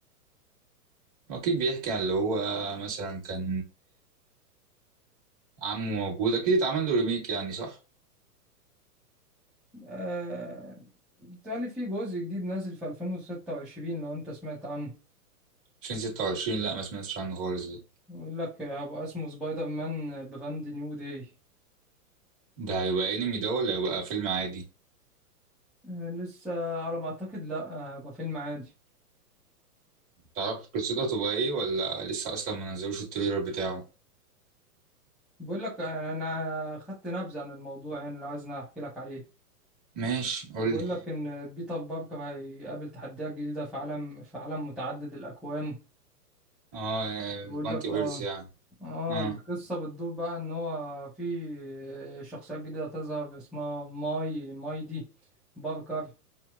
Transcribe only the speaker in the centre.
آه... بالتالي في جزء جديد نازل في 2026 لو انت سمعت عنه
يقول لك هيبقى اسمه سبايدر مان براند نيو داي
آه، لسه على ما اعتقد لا آه، هيبقى فيلم عادي
بقول لك آه، انا خدت نبذة عن الموضوع يعني لو عايزني احكي لك عليه
بقول لك ان بيتر باركر هيقابل تحديات جديدة في عالم في عالم متعدد الاكوان
بقول
لك اه
اه
القصة بتدور بقى ان هو في شخصيات جديدة تظهر اسمها ماي ماي دي باركر